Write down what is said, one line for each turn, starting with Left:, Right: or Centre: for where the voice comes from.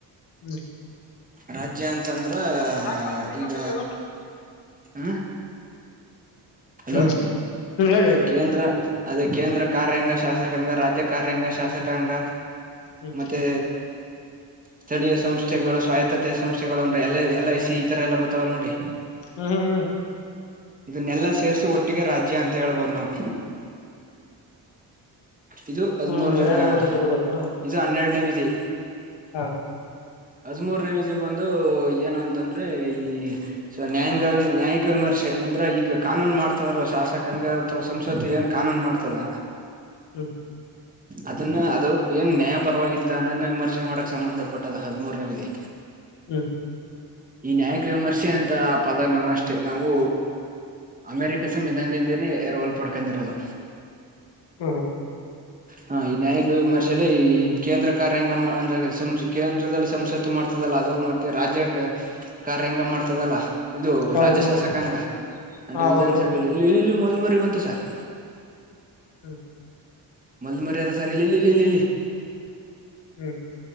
Left: ಹ್ಮ್
Right: ರಾಜ್ಯ ಅಂತಂದ್ರ ಅಂದ್ರೇ
Left: ಬಂದ್ಬಿಟ್ಟು ಇನ್ನೊಂದ್ಸತಿ
Right: ಈಗ
Left: ಹೇಳು
Right: ಹ್ಞಾಂ ಹಲೋ,
Left: ಹ್ಮ್ ಹ್ಮ್ ಹೇಳಿ ಹೇಳಿ
Right: ಕೇಂದ್ರ ಅದೇ ಕೇಂದ್ರ ಕಾರ್ಯಾಂಗ, ಶಾಸಕಾಂಗ, ರಾಜ್ಯ ಕಾರ್ಯಾಂಗ, ಶಾಸಕಾಂಗ
Left: ಹ್ಮ್
Right: ಮತ್ತೇ ಸ್ಥಳೀಯ ಸಂಸ್ಥೆಗಳು, ಸ್ವಾಯತ್ತತೆ ಸಂಸ್ಥೆಗಳು ಅಂದ್ರ, ಎಲ್ ಎಲ್ ಐ ಸಿ ಈ ತರ ಎಲ್ಲಾ ಬರ್ತಾವಲ್ಲ ನೋಡಿ
Left: ಹ್ಮ್ ಹ್ಮ್ ಹ್ಮ್
Right: ಇದನ್ನೆಲ್ಲ ಸೇ ಸೇರಿಸಿ ಒಟ್ಟಿಗೆ ರಾಜ್ಯ ಅಂತ ಹೇಳ್ಬೋದು ನಾವು ಇದು ಹದಮ್ಮೂರ
Left: ಹ್ಮ್ ಹ್ಮ್ ಹೇಳ
Right: ಅ
Left: ಗೊತ್ತಾಯ್ತು ಗೊತ್ತಾಯ್ತು ಹ್ಮ್
Right: ಇದು ಹನ್ನೆರಡನೇ ವಿ ದೇ
Left: ಹಾ
Right: ಹದ್ಮೂರನೇ ವಿಧಿ ಬಂದು ಏನು ಅಂತಂದ್ರೆ ಈ ಸ ನ್ಯಾಯಾಂಗ ನ್ಯಾಯಾಂಗ ವಿಮರ್ಶೆ ಅಂದ್ರ ಈಗ ಕಾನೂನ್ ಮಾಡ್ತದಲ್ಲ ಶಾಸಕಾಂಗ ಅಥವಾ ಸಂಸತ್ತು ಏನ್ ಕಾನೂನ್ ಮಾಡ್ತದ
Left: ಹ್ಮ್
Right: ಅದನ್ನ ಅದು ಏನ್ ನ್ಯಾಯ ಪರವಾಗಿದ್ದ ಇದ್ದ ಅಂತ ವಿಮರ್ಶೆ ಮಾಡಕ್ ಸಂಬಂಧ ಪಟ್ಟದ ಹದಮೂರನೇ ವಿಧಿ
Left: ಹೂ
Right: ಈ ನ್ಯಾಯಕ ವಿಮರ್ಶೆ ಅಂತ ಪದ ನಾವು ಅಷ್ಟೇ ನಾವು ಅಮೇರಿಕ ಸಂವಿಧಾನದಿಂದ ಎರವಲು ಪಡೆದ ಕೊಂಡಿರೋದ
Left: ಹೂ ಹು
Right: ಹಾ ಈ ನ್ಯಾಯಕ ವಿಮರ್ಶಲ್ಲಿ ಈ ಕೇಂದ್ರ ಕಾರಂಗಮ ಅಂದ ರಸ್ಕಿಮ ಕೇಂದ್ರ ಸಂಸತ್ತು ಮಾಡ್ತದಲ್ಲ ಅದು ಮತ್ತ ರಾಜ್ಯ ಕಾರ್ಯಾಂಗ ಮಾಡ್ತದಲ್ಲ ಇದು
Left: ಹೌದು
Right: ರಾಜ್ಯ ಶಾಸಕಾಂಗ
Left: ಹ್ಮ್
Right: ಯಾಂಡ
Left: ಹೌದು
Right: ವಿಧಾನ ಸಭೆಯಲ್ಲಿ ಇಲ್ಲಿ ಇಲ್ಲಿ ಮೊ ಕುರಿಮರಿ ಬಂತು ಸರ್
Left: ಹ
Right: ಮಂದ ಮರ್ಯಾದ ಸರಿ ಇಲ್ಲಿ ಇಲ್ಲಿ ಇಲ್ಲಿ ಇಲ್ಲಿ ಇಲ್ಲಿ
Left: ಹೂ